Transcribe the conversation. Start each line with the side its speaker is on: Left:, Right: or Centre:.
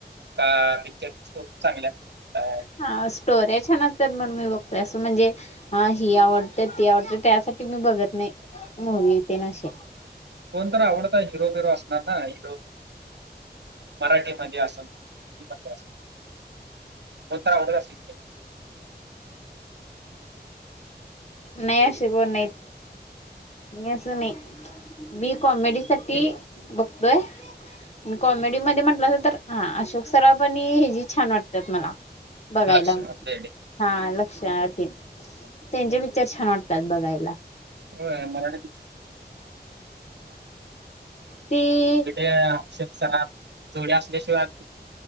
Right: <unintelligible>
Left: आ, स्टोऱ्या छान असत्यात म्हणून मी बघतोय, असं म्हणजे हा, ही आवडत्या, ती आवडत्या त्यासाठी मी बघत नाही, मूवी तेन अशे.
Right: कोणतर आवडता हिरो -बिरो असणार ना. हिरो मराठीमध्ये असलं, हिंदी मध्ये असल कोण तर आवडत असलं की?
Left: नाही असे कोण नाहीत. असं नाही, मी कॉमेडी साठी
Right: हम्म,
Left: बघतोय. कॉमेडी
Right: हम्म.
Left: मध्ये म्हटलासा तर, हा अशोक सराफ आणि हे जी छान वाटत्यात मला. बघायला.
Right: लक्ष्मण बेर्डे
Left: हा, लक्ष्या तेन, त्यांचे पिच्चर छान वाटतात बघायला.
Right: <unintelligible> तेे
Left: ती
Right: अशोक सराफ जोडी असल्याशिवाय